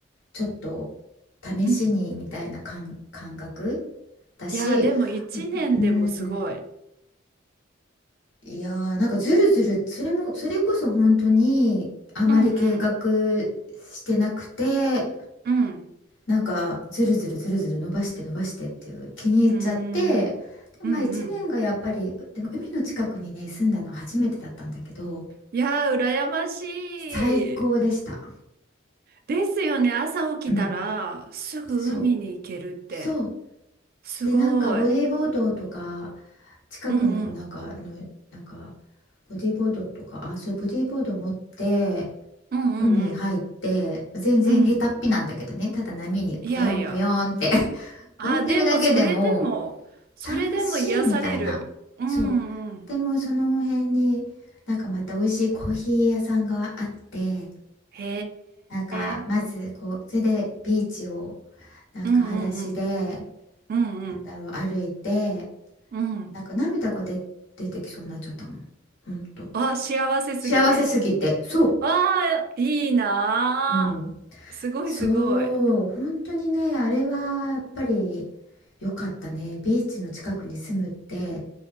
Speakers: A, on the left; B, on the right.
A: ちょっと試しにみたいな感、
B: うん。
A: 感覚だし、
B: いや、でも一年でもすごい。
A: ううん、いやーなんかずるずる、それも、それこそ本当にあまり計画
B: うんうん
A: してなくて、
B: うん
A: なんかずるずるずるずる伸ばして伸ばしてっていう気に入っちゃって、
B: うーんうんうん
A: で、まあ1年がやっぱり、でも海の近くにね、住んだの初めてだったんだけど、
B: いやー、羨まし
A: 最高でした。
B: い。ですよね。朝起きたらすぐ海に行けるって。
A: うん、そう、そう。
B: すごい。
A: でなんかボディーボードとか近くのなんかあのなんか
B: うんうん
A: ボディーボードとかあそうボディーボード持って
B: うんうんうん
A: 海入って全然下手っぴなんだけどねただ波にポヨンポヨンって
B: うん。いやいや。
A: <laughs>
B: あ、
A: 浮いてるだけでも
B: でもそれでも、それでも癒される。
A: 楽しいみたいなそうでもその辺になんかまた美味しいコーヒー屋さんがあって
B: うんうん。へ
A: なんかまずこうそれでビーチを
B: え。
A: なんか裸足で
B: うんうんうん。うんうん。
A: なんだろう歩いて。
B: うん。
A: なんか涙が出、出てきそうになっちゃったもん。ほんと。
B: わあ、幸せすぎて。
A: 幸せすぎて。そ
B: わあ、いいなあ。
A: う。うん。
B: すごいすごい。
A: そう。本当にね、あれはやっぱり良かったね。ビーチの近くに住むって